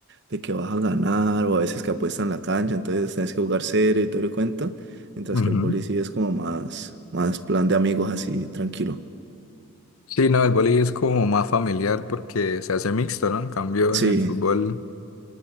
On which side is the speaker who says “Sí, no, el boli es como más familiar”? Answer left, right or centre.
Left